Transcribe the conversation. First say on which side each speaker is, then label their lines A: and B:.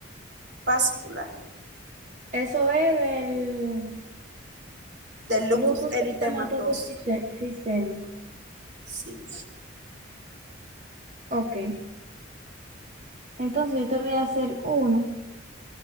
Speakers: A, on the right; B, on the right.
A: vascular,
B: Eso es del
A: del lupus
B: lupus
A: eritematoso.
B: eritematoso siste- sistémico.
A: Sí.
B: Ok. Entonces yo te voy a hacer uno,